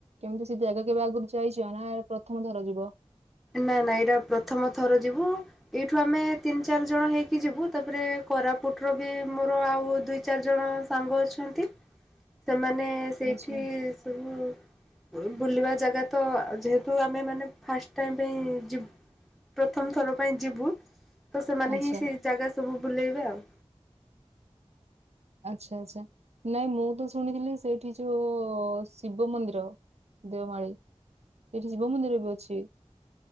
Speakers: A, on the right; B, in the centre.
A: କେମିତି ସେ ଜାଗା କେବେ ଆଗରୁ ଯାଇଛ ନା ପ୍ରଥମ ଥର ଯିବ?
B: ନା ନା ଏଇଟା ପ୍ରଥମ ଥର ଯିବୁ। ଏଇଠୁ ଆମେ ତିନି ଚାରି ଜଣ ହେଇକି ଯିବୁ ତାପରେ କୋରାପୁଟର ବି ମୋର ଆଉ ଦୁଇ ଚାରି ଜଣ ସାଙ୍ଗ ଅଛନ୍ତି ସେମାନେ ଏଁ-ସେଇଠି
A: ଆଚ୍ଛା
B: ସବୁ। ବୁଲିବା ଜାଗା ତ ଯେହେତୁ ଆମେ ମାନେ ଫାଷ୍ଟ ଟାଇମ ପାଇଁ ଯିବ୍ ପ୍ରଥମଥର ପାଇଁ ଯିବୁ। ତ ସେମାନେ
A: ଆଚ୍ଛା
B: ହିଁ ସେଇ ଜାଗା ସବୁ ବୁଲେଇବେ ଆଉ।
A: ଆଚ୍ଛା ଆଚ୍ଛା, ନାଇଁ ମୁଁ ତ ଶୁଣିଥିଲି ସେଇଠି ଯୋଉ-ଉ ଶିବ ମନ୍ଦିର ଦେଓମାଳିୀ ସେଇଠି ଶିବ ମନ୍ଦିର ବି ଅଛି।